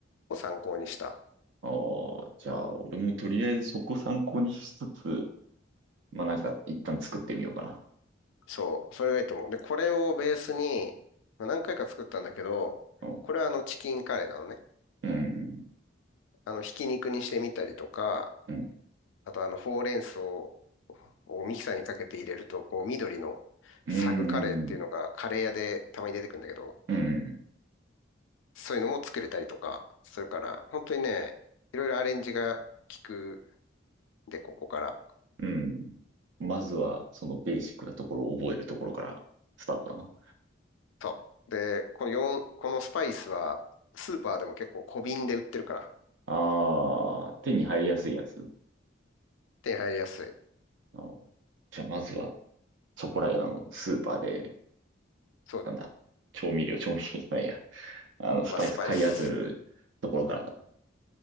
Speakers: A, on the left (about 80°); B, on the right (about 70°).
A: を参考にした。
B: ああ、じゃあ、俺もとりあえずそこ参考にしつつ、まあなんか一旦作ってみようかな。
A: そう、それがいいと思う。で、これをベースに、まあ何回か作ったんだけど、
B: う
A: これはあのチキンカレーなのね。
B: ん。
A: あの、ひき肉にしてみたりとか、
B: うん。うん。
A: あとあの、ほうれん草をミキサーにかけて入れると、こう、緑のサグカレーっていうのがカレー屋でたまに出てくるんだけど、
B: うん。うん。うん。
A: そういうのも作れたりとかするから、本当にね、いろいろアレンジが効くんで、ここから。
B: うんまずは、そのベーシックなところを覚えるところからスタートだな。
A: そう。で、この4、このスパイスは、スーパーでも結構小瓶で売ってるから、
B: ああ、手に入りやすいやつ。
A: 手に入りやすい。
B: あーじゃあ、まずは、そこらへんのスーパーで、
A: そう、
B: なんだ、調味料、調味料じゃないや。あの、スパイス買い集めるところからだな。
A: まあ、スパイス。